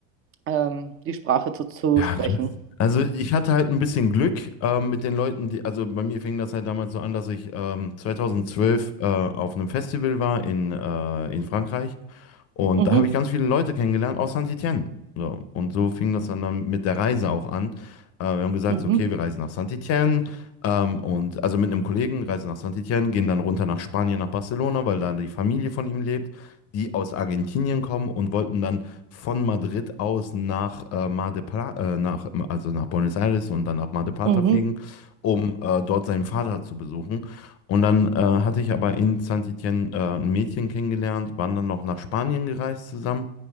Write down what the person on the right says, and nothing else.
ähm, die Sprache zu, zu
sprechen.
Mhm,
mhm,
mhm.